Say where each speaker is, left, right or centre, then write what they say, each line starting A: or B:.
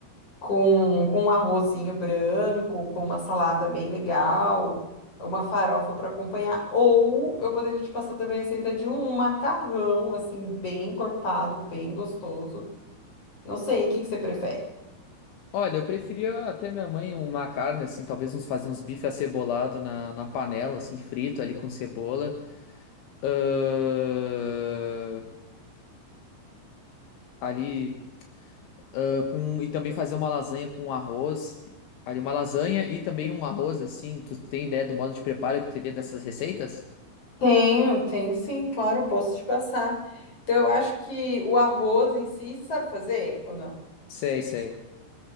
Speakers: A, on the left (about 30°); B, on the left (about 75°).
A: com, com um arrozinho branco, com uma salada bem legal, uma farofa para acompanhar. Ou eu poderia te passar também a receita de um macarrão, assim, bem encorpado, bem gostoso. Não sei, o que que você prefere?
B: Olha, eu preferia até minha mãe uma carne, assim, talvez uns fazer uns bife acebolado na, na panela, assim, frito ali com cebola. Ahn, ali ahn, com. E também fazer uma lasanha com arroz. Ali, uma lasanha e também um arroz, assim. Tu tem ideia do modo de preparo que teria dessas receitas?
A: Tenho, tenho sim, claro, posso te passar. Então, eu acho que o arroz em si, você sabe fazer ou não?
B: Sei, sei.